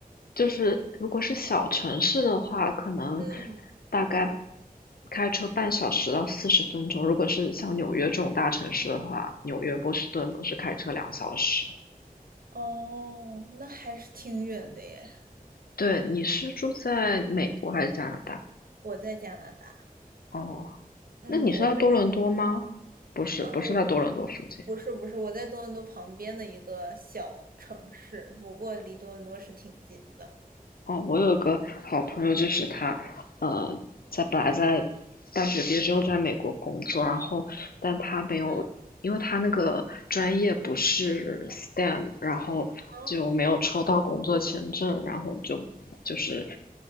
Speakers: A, on the left; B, on the right.
A: 就是如果是小城市的话，可能
B: 嗯。
A: 大概开车半小时到四十分钟；如果是像纽约这种大城市的话，纽约、波士顿都是开车两小时。
B: 哦，那还是挺远的耶。
A: 对，你是住在美国还是加拿大？
B: 我在加拿大，
A: 哦，
B: 嗯，
A: 那你是在多伦多吗？
B: 我这个不是，
A: 不是，
B: 嗯，
A: 不是在多伦多附近。
B: 我不是不是，我在多伦多旁边的一个小城市，不过离多伦多是挺近的。
A: 哦，我有个好朋友，就是他，呃，在本来在大学毕业之后在美国工作，然后但他没有，
B: 嗯，
A: 因为他那个专业不是 STEM，然后就没有抽到工作签证，
B: 哦
A: 然后就就是